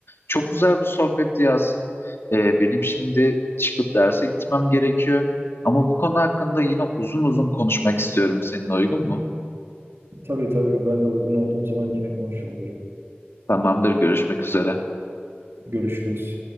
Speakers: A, on the left; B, on the right.
A: Çok güzel bir sohbetti Yasin. E, benim şimdi çıkıp derse gitmem gerekiyor. Ama bu konu hakkında yine uzun uzun konuşmak istiyorum. Seninle uygun mu?
B: tabii tabii ben de uygun olduğum zaman yine konuşuruz hocam.
A: Tamamdır, görüşmek üzere.
B: Görüşürüz.